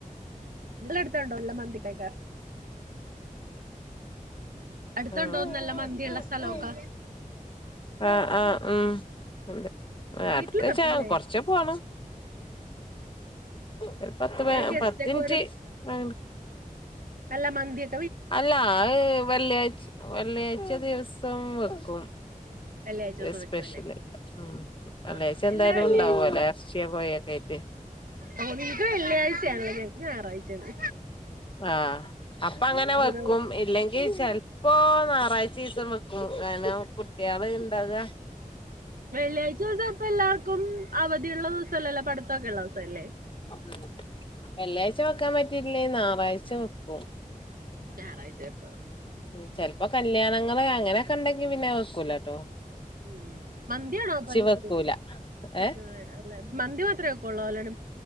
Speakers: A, on the right (about 75°); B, on the left (about 35°).
A: നിങ്ങളടെ അടുത്തുണ്ടോ നല്ല മന്തിക്കെയൊക്കെ അടുത്തൊണ്ടോന്ന്
B: ആഹ്
A: നല്ല മന്തിയൊള്ള സ്ഥലമൊക്കെ
B: ആഹ് ആഹ് ഉം ഉണ്ട്
A: വീട്ടില്
B: അടുത്ത് വെച്ചാ
A: വെക്കും അല്ലേ
B: കൊറച്ച് പോണം ഒരു പത്ത് പ
A: അ ഗസ്റ്റ്
B: പത്ത്
A: ഒക്കെ
B: മിനിറ്റ് വേ
A: നല്ല മന്തിയെ
B: അല്ല വെള്ളിയാഴ്ച്ച വെള്ളിയാഴ്ച്ച ദിവസം വെക്കും
A: വെള്ളിയാഴ്ചോസം
B: സ്പെഷ്യ സ്പെഷ്യല്
A: വെക്കുവല്ലേ
B: ഉം വെള്ളിയാഴ്ച്ച
A: ആഹാ
B: എന്തായാലും
A: എല്ലാ വെള്ളിയാഴ്ചയും
B: ഉണ്ടാവൂല്ലേ എറച്ചിയും കോഴി യൊക്കെ ആയിട്ട്
A: ഓ നിങ്ങക്ക് വെള്ളിയാഴ്‌ച്ച യാണല്ലോ ഞങ്ങക്ക് ഞായറാഴ്ച്ച യാണ്
B: ആ അപ്പ അങ്ങനെ വെക്കും
A: ദിവസം
B: ഇല്ലെങ്കിൽ ചെലപ്പോ ഞായറാഴ് ച്ച ദിവസം വെക്കും കാരണം കുട്ടികള് ഉണ്ടാവുക
A: വെള്ളിയാഴ്ച്ച ദിവസം അപ്പം എല്ലാർക്കും അവധിയുള്ള ദിവസമല്ലല്ലോ പഠിത്തമൊക്കെ ഉള്ള ദിവസം അല്ലേ
B: ഉം വെള്ളിയാഴ്ച്ച വെക്കാൻ പറ്റിയില്ലെ ഞായറാഴ്ച്ച വെക്കും
A: ഞായറാഴ്ച വെക്കുവോ
B: ഉം ചെലപ്പോ കല്യാണങ്ങള് അങ്ങനെയൊക്കെ ഉണ്ടെങ്കി പിന്നെ വെക്കൂല്ലാട്ടോ
A: ഉം മന്തിയാണോ അപ്പോ <unintelligible>
B: വെക്കൂല
A: വയ്ക്കുന്നത്
B: ഏ
A: അല്ല മന്തി മാത്രമേ വെക്കുള്ളോ അല്ലാതെ